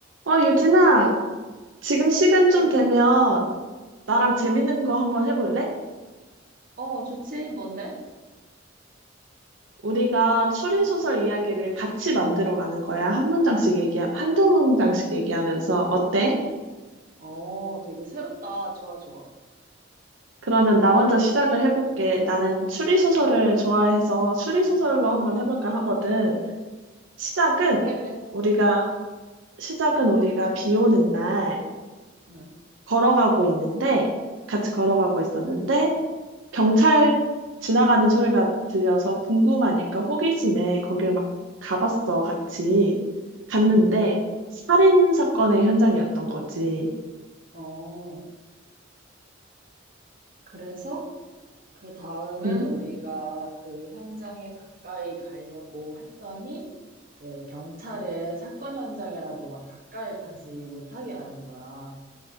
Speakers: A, on the right (about 80°); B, on the right (about 45°).
A: 어, 유진아, 지금 시간
B: 어,
A: 좀 되면 나랑 재밌는 거 한번 해볼래?
B: 어, 좋지. 뭔데?
A: 우리가 추리소설 이야기를 같이 만들어가는 거야. 한 문장씩 얘기, 한두 문장씩 얘기하면서. 어때?
B: 어, 되게 새롭다. 좋아, 좋아.
A: 그러면 나 먼저 시작을 해볼게. 나는 추리소설을 좋아해서 추리소설로 한번 해볼까 하거든. 시작은
B: 그래, 그래.
A: 우리가,
B: 응,
A: 시작은 우리가 비 오는 날
B: 응,
A: 걸어가고 있는데, 같이 걸어가고 있었는데, 경찰 지나가는 소리가 들려서 궁금하니까 호기심에 거길 막 가봤어, 같이. 갔는데,
B: 응.
A: 살인 사건의 현장이었던 거지.
B: 어, 그래서 그 다음은
A: 응?
B: 우리가 그 현장에 가까이 가려고 했더니 이제 경찰은 사건 현장이라고 막 가까이 가지 못하게 하는 거야.